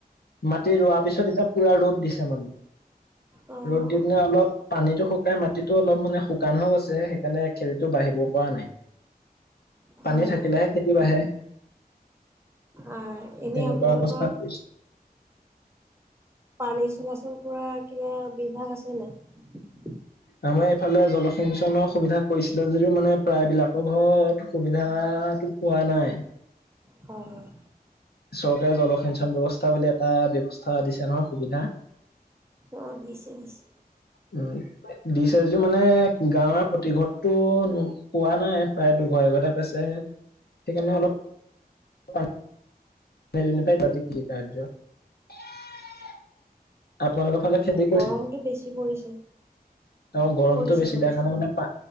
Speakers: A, on the left; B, on the right.
A: মাটি ৰোৱাৰ পিছত এতিয়া পুৰা ৰ'দ দিছে মানে।
B: অ',
A: ৰ'দ দি পিনে অলপ পানীতটো শুকাই মাটিতটো অলপ মানে শুকান হয় গৈছে সেইকাৰণে খেতিটো বাঢ়িব পৰা নাই
B: হয়,
A: পানী থাকিলেহে
B: হয়।
A: খেতি বাঢ়ে
B: আহ, এনে
A: তেনেকুৱা
B: আপোনালোকৰ
A: অৱস্থাত পৰিছো
B: পানী চলাচল কৰা কিবা বিভাগ আছে নাই।
A: আমাৰ এইফালে জলসিঞ্চনৰ সুবিধা কৰিছিলে যদিও মানে প্ৰায়বলাকৰ ঘৰত সুবিধা। টো পোৱা নাই।
B: হয়, হয়।
A: চৰকাৰে জলসিঞ্চন ব্যৱস্থা বুলি এটা ব্যৱস্থা দিছে নহয় সুবিধা।
B: অঁ দিছে দিছে
A: উম। দিছে যি মানে গাঁৱৰ প্ৰতিঘৰতটো পোৱা নাই প্ৰায় দুঘৰ এঘৰ পাইছে। সেইকাৰণে অলপ। <unintelligible> আপোনালোকৰ ফালে।
B: অ',
A: খেদি কৈছে
B: গৰমটো বেছি পৰিছে,
A: অ গৰমটো
B: কৰিছে,
A: বেছি
B: কৰিছে।
A: দোৰ কাৰণে মানে পা।